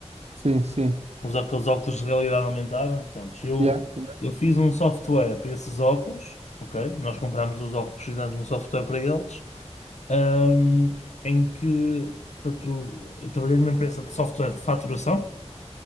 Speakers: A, on the right; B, on the left.
A: Sim, sim.
B: os aqueles óculos de realidade aumentada. Pronto, eu,
A: Yeah, yeah.
B: eu fiz um software para esses óculos, ok? Nós comprámos os óculos, fizemos um software para eles, um, em que, portanto, eu trabalhei numa empresa de software de faturação